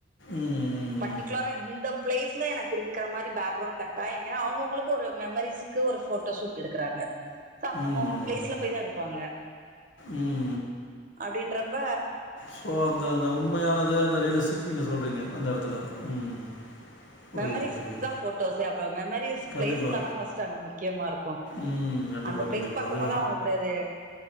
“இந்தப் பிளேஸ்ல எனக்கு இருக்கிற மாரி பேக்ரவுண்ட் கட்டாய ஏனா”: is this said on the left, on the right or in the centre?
Right